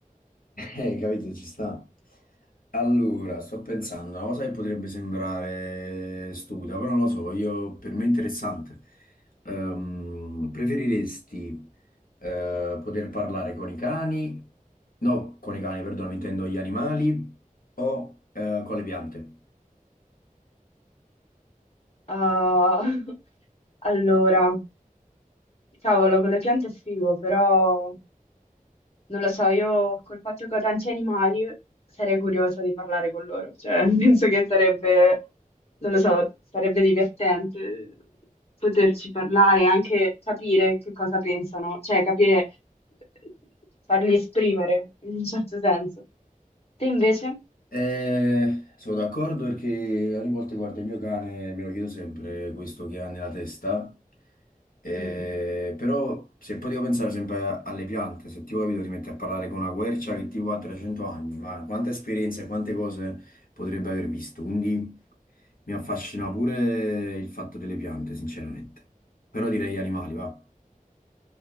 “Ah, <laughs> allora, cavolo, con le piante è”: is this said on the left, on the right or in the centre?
Left